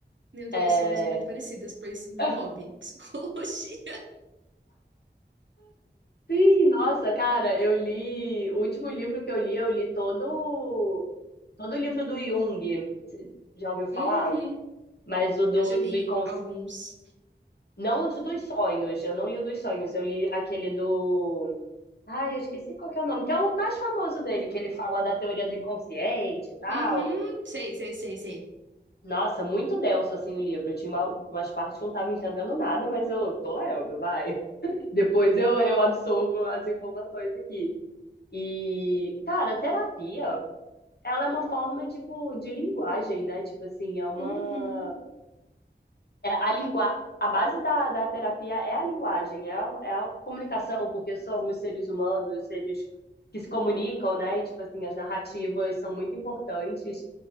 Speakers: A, on the right; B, on the left.
A: Meu Deus,
B: É...
A: somos muito parecidas, pois meu
B: <laughs>
A: hobby, <laughs> psicologia.
B: Sim, nossa, cara, eu li. O último livro que eu li, eu li todo, todo o livro do Jung. Cê Já ouviu falar?
A: Uhum,
B: Mas o do,
A: eu já li
B: do incons...
A: alguns.
B: Não os dos sonhos. Eu não li o dos sonhos. Eu li aquele do. Ai, eu esqueci qual que é o nome, que é o mais famoso dele, que ele fala da teoria do inconsciente e tal.
A: Uhum, sei, sei, sei, sei.
B: Nossa, muito denso assim o livro. Eu tinha uma- umas partes que eu não tava entendendo nada, mas eu tô lendo, vai. <laughs> Depois eu, eu absorvo as informações aqui. E, cara, terapia, ela é uma forma, tipo, de linguagem, né? Tipo assim, é uma...
A: Uhum,
B: É a lingua... A base da, da terapia é a linguagem, é a, é a comunicação, porque somos seres humanos, seres que se comunicam, né? E, tipo assim, as narrativas são muito importantes.